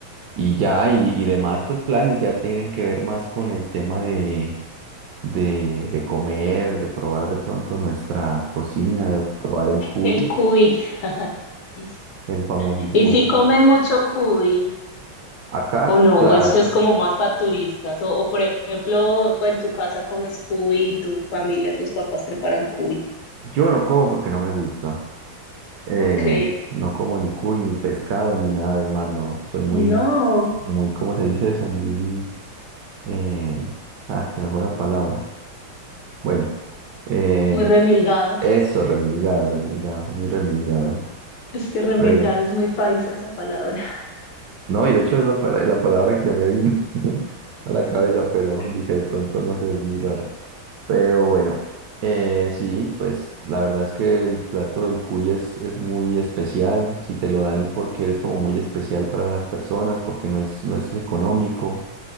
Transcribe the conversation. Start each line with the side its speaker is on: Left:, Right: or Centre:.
Right: Y ya, y, y demás, pues planes ya tienen que ver más con el tema de, de, de comer, de probar de pronto nuestra cocina, de probar el cuy,
Left: El cuy. <laughs>
Right: el famosísimo
Left: ¿Y si
Right: cuy.
Left: comen mucho cuy
Right: Acá,
Left: o no?
Right: claro,
Left: ¿O eso es como más para turistas? O, o, por ejemplo, tú en tu casa comes cuy, tu familia, tus papás preparan cuy.
Right: yo no como porque no me gusta. Eh,
Left: Ok.
Right: no como ni cuy, ni pescado, ni nada de mar, no. Soy muy
Left: No,
Right: muy, ¿cómo se dice eso? Muy Eh, ah, se me fue la palabra. Bueno, eh,
Left: muy remilgado.
Right: eso, remilgado, remilgado, soy muy remilgado.
Left: Es que remilgada
Right: Eh,
Left: es muy paisa esa palabra.
Right: no, y de hecho es la, pala- la palabra que se me vino <laughs> a la
Left: <laughs>
Right: cabeza, pero dije de pronto, no sé, es muy rara. Pero bueno, eh, sí, pues la verdad es que el plato del cuy es, es muy especial. Si te lo dan es porque eres como muy especial para las personas, porque no es, no es económico.